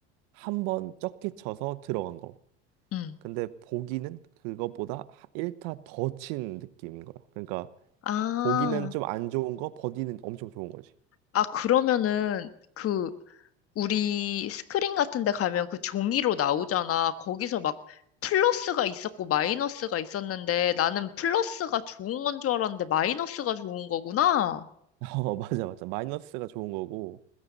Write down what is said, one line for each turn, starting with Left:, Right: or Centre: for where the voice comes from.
Right: 한 번 적게 쳐서 들어간 거.
Left: 음.
Right: 근데 보기는 그거보다 1타 더 친 느낌인 거야. 그러니까
Left: 아,
Right: 보기는 좀 안 좋은 거, 버디는 엄청 좋은 거지.
Left: 아, 그러면은 그 우리 스크린 같은 데 가면 그 종이로 나오잖아. 거기서 막 플러스가 있었고 마이너스가 있었는데 나는 플러스가 좋은 건 줄 알았는데 마이너스가 좋은 거구나.
Right: <laughs> 어, 맞아, 맞아. 마이너스가 좋은 거고.